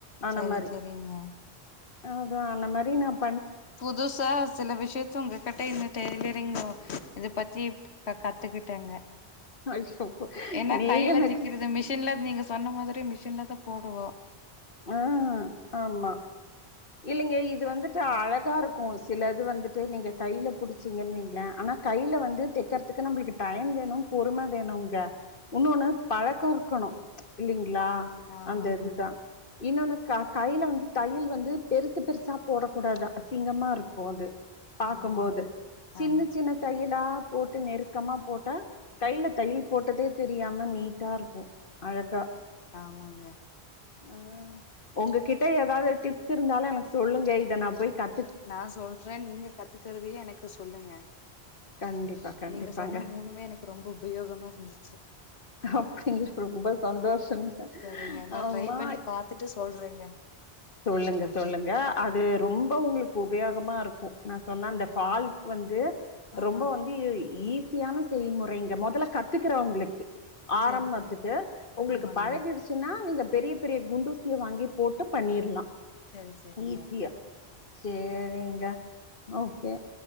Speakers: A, on the left (about 55°); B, on the left (about 85°).
A: ஆன
B: சேரி
A: மாரி
B: சேரிங்க
A: அ அதா அந்த மாரி நான்
B: புதுசா செல விஷயத்த உங்ககிட்ட ஆன்மா டெய்ல்யு ங்க இதை பத்தி இப்ப கத்துக்கிட்டாங்க
A: ஐயோ
B: ஏன்னா
A: நீங்க
B: கையில
A: எனக்கு
B: சிக்கது மிஷின்ல நீங்க சொன்ன மாரி மிஷின்லதா போடுவா
A: ஆ ஆமா இல்லிங்க இது வந்துட்டு அழ தா இருக்கு சிலது வந்துட்டு நீங்க கையில புடிச்சீங்கன் வைங்கள ஆனா கைல வந்து தெக்கற்துக்கு நம்மளுக்கு டைம் வேணு பொறும வேணுங்க உன்னோன்னு பழக்கொ இருக்கணு இல்லிங் ளா
B: ஆமா
A: அந்த
B: ஆமா
A: இதுதா இன்னொன்னு க கைல வந்து தையல் வந்து பெருசு பெருசா போடக் கூடாது அசிங்கமா இருக்கு அது பாக்கம்போது
B: ஆமாங்க
A: சின்னச்
B: ஆமா
A: சின்ன தையலா போட்டு நெருக்கமா போட்டா கைல தையல் போட்டதே தெரியாம நீட்டா இருக்கு அழகா
B: ஆமாங்க
A: ஆ உங்கக்கிட்ட ஏதாவ்து டிப்ஸு இருந்தாலு எனக்கு சொல்லுங்க இத நா போய் கத்
B: நா சொல்ற நீங்க கத்துக்கறதையு எனக்கு சொல்லுங்க
A: கண்டிப்பா கண்டிப்பாங்க
B: நீங்க சொன்ன மூணுமே எனக்கு ரொம்ப உபயோகமா இருந்து
A: அப்டிங் ரொம்ப சந்தோஷங்க
B: சரிங்க நா
A: ஆமா
B: ட்ரை பண்ணி பாத்துட்டு சொல்றேங்க
A: சொல்லுங்க சொல்லுங்க அது
B: ம்
A: ரொம்ப உங்களுக் கு உபயோகமா இருக்கு நா சொன்னா அந்த ஃபால்ஸ் வந்து
B: ஆமா
A: ரொம்ப வந்து ஈஸியான செய்முறைங்க மொதல்ல கத்துக்குறவங்களுக்கு
B: சரி
A: ஆரம்பத்துக்கு
B: சரி
A: உங்களுக்கு
B: ஆமாங்க
A: பழகிடுச்சுன்னா நீங்க பெரிய பெரிய குண்டூசிய வாங்கிப் போட்டுப் பண்ணிர்லா
B: சேரி சேரிங்க
A: ஈஸியா சேரிங்க ஓகே